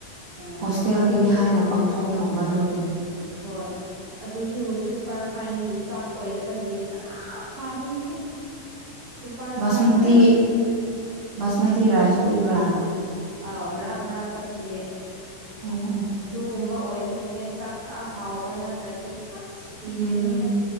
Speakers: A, on the right; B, on the right.
A: ꯑꯥ
B: ꯍꯣꯁꯇꯦꯜꯒꯤꯅꯤ
A: ꯑꯗꯨꯁꯨ
B: ꯍꯥꯏꯅ ꯄꯪꯊꯣꯡ ꯊꯣꯡꯕ ꯑꯗꯨꯒꯤ
A: ꯍꯣꯏ ꯑꯗꯨꯁꯨ ꯁꯨꯄꯔ ꯐꯥꯏꯟꯒꯤ ꯆꯥꯛ ꯑꯣꯏꯗꯕꯒꯤ ꯈꯔ ꯐꯥꯕꯅꯤꯅ ꯁꯨꯄꯔ
B: ꯕꯥꯁꯃꯇꯤ
A: ꯐꯥꯏꯟ ꯑꯣꯏꯔꯕꯗꯤ
B: ꯕꯥꯁꯃꯇꯤ
A: ꯕꯁꯃꯤꯇꯤꯁꯨ
B: ꯔꯥꯏꯁ ꯄꯤꯕ꯭ꯔꯥ
A: ꯑꯥꯎ ꯃꯔꯥꯛ ꯃꯔꯥꯛꯛꯇ ꯄꯤꯌꯦ
B: ꯑꯣ ꯑꯣ
A: ꯇꯨꯒꯨꯝꯕ ꯑꯣꯏꯕꯒꯤꯅꯦ ꯆꯥꯛ ꯈꯔ ꯍꯥꯎꯕ ꯅꯠꯇ꯭ꯔꯗꯤ ꯑꯁ ꯁꯤꯔꯅꯤꯗ
B: ꯎꯝ